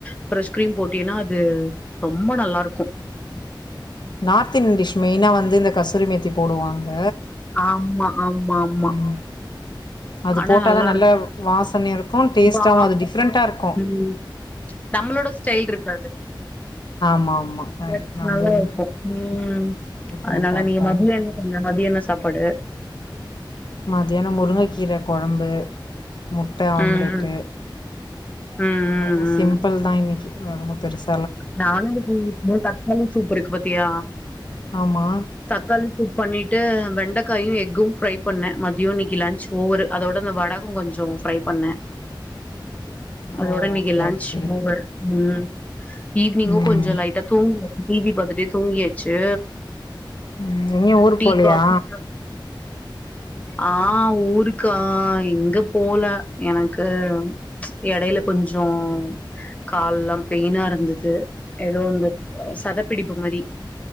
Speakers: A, on the left; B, on the left.
A: ஃப்ரெஷ் க்ரீம் போட்டீன்னா அது ரொம்ப நல்லா இருக்கும்
B: நார்த் இன்டிஷ் மெயினா வந்து இந்த கஸ்தூரி மேத்தி போடுவாங்க
A: ஆமா ஆமா ஆமா
B: ம் அது
A: ஆனா
B: போட்டாதா
A: நல்லா
B: நல்ல
A: இருக்கு
B: வாசனைய இருக்குன் டேஸ்ட்டாவு
A: பா
B: அது டிஃப்ரெண்ட்டா இருக்குன்
A: ம் நம்மளோட ஸ்டைல் இருக்காது
B: ஆமா ஆமா கரெக்ட்
A: ம்
B: நம்புள்து
A: நல்லா இருக்கும் ம்
B: டிஃப்ரெண்ட்டா
A: அதனால
B: இருக்கு
A: நீங்க <unintelligible> இருங்க மதிய என்ன சாப்பாடு
B: மதியான முருங்கைக்கீரை கொழம்பு முட்ட ஆம்லெட்டு
A: ம் ம்
B: அவ்ளோ
A: ம்
B: தா
A: ம்
B: சிம்பிள் தா இன்னிக்கி ரொம்ப பெருசு
A: நானு இன்னைக்கி மோர் தக்காளி சூப் இருக்கு பாத்தியா
B: ஆமா
A: தக்காளி சூப் பண்ணிட்டு வெண்டக்காயு எக்கு ஃப்ரை பண்ண மதியோ இன்னைக்கு லன்ச் ஓவரு அதோட இந்த வடகோ கொஞ்ச ஃப்ரை பண்ணே
B: ஓ
A: அதோட இன்னைக்கி
B: ஓகே
A: லன்ச்
B: ஓகே
A: ஓவர் ம் ஈவினிங்கு
B: ம்
A: கொஞ்சோ லைட்டா தூங்கியாச்சு டிவி பாத்துட்டே தூங்கியாச்சு
B: ம் எங்கயு ஊருக்கு
A: டீ
B: போலையா
A: காஃபி எலா ஆ ஊருக்கா எங்க போல எனக்கு எடையில கொஞ்ஜோ கால்லா பெயினா இருந்தது ஏதோ இந்த சதப்பிடிப்பு மாரி